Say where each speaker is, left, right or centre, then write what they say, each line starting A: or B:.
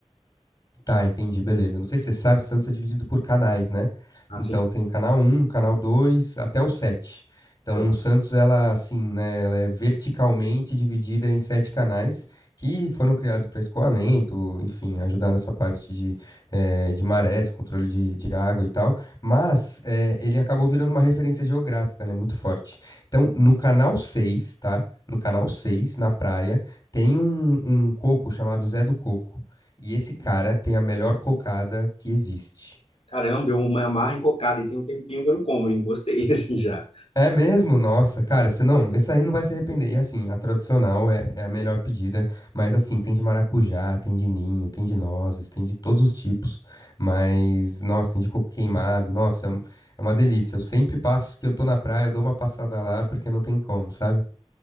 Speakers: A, on the left (about 35°); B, on the left (about 60°).
A: Tá, entendi, beleza. Não sei se você sabe, Santos é dividido por canais, né?
B: Assim,
A: Então tem canal um canal dois até o sete Então
B: show.
A: o Santos, ela assim, né, ela é verticalmente dividida em sete canais que foram criados para escoamento, enfim, ajudar nessa parte de, eh, de marés, controle de, de água e tal. Mas eh, ele acabou virando uma referência geográfica, né, muito forte. Então no canal seis tá? No canal 6 na praia, tem um, um coco chamado Zé do Coco. E esse cara tem a melhor cocada que existe.
B: Caramba, eu me amarro em cocada e tem um tempinho que eu não como, hein? Gostei, <laughs> assim, já.
A: É mesmo? Nossa, cara, você não, esse aí não vai se arrepender. E assim, a tradicional é, é a melhor pedida, mas assim, tem de maracujá, tem de ninho, tem de nozes, tem de todos os tipos. Mas, nossa, tem de coco queimado, nossa, é um- é uma delícia. Eu sempre passo que eu tô na praia, eu dou uma passada lá porque não tem como, sabe?